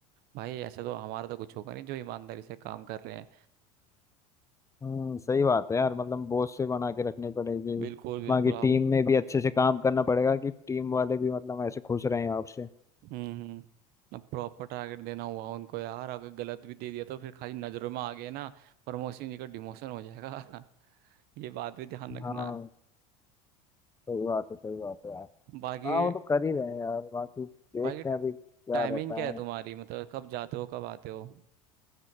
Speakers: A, on the right (about 55°); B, on the left (about 15°).
A: भाई ऐसे तो हमारा तो कुछ होगा नहीं जो ईमानदारी से काम कर रहे हैं
B: हम्म सही बात है यार मतलब बोझ से बना के रखनी पड़ेगी
A: बिल्कुल बिल्कुल
B: बाकी टीम
A: आओ
B: में भी अच्छे से काम करना पड़ेगा कि टीम वाले भी मतलब ऐसे खुश रहें आपसे
A: हम्म हम्म अब प्रॉपर टारगेट देना हुआ उनको यार अगर गलत भी दे दिया तो फिर खाली नजरों में आ गए ना प्रमोशन जी का डिमोशन हो जाएगा <laughs> ये बात भी ध्यान रखना
B: हाँ सही बात है सही बात है यार
A: बाकी
B: हाँ वो तो कर ही रहे हैं यार बाकी देखते
A: बाकी
B: हैं अभी क्या
A: टाइमिंग
B: रहता
A: क्या है
B: है
A: तुम्हारी मतलब कब जाते हो कब आते हो